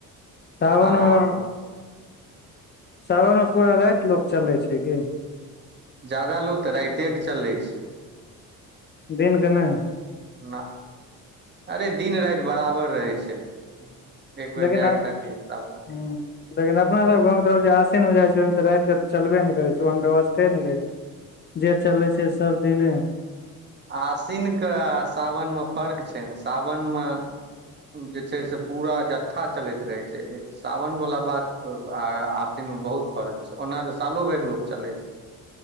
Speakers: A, on the left (about 30°); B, on the right (about 30°).
A: सावन
B: आ अहाँ
A: मे
B: अपन
A: सावन मऽ पूरा राइत लोक चलै छै की
B: जदा लोग तऽ राइते कऽ चलै छै
A: दिन कऽ नय
B: ना अरे दिन राइत बराबर रहै छै एक बेर
A: लेकिन
B: जै
A: आ
B: कऽ दखियो साावन
A: हूँ लेकिन अपना सब घाँव कऽ तरफ जे आशीिनमे जाइ छै ओहिमे तऽ राइत कऽ तऽ चलबे नइ करै छै ओहन व्यवस्थे नइ रहै छै जे चलै छै सब दिने
B: आशिन कऽ आ सावन मऽ फर्क छै नऽ सावन मऽ जे छै से पूरा जत्था चलैत रहै छै सावन बला बात ओ आ - आ आस्विन मे बहुत फर्क छै ओना तऽ सालो भैर लोक चलै छै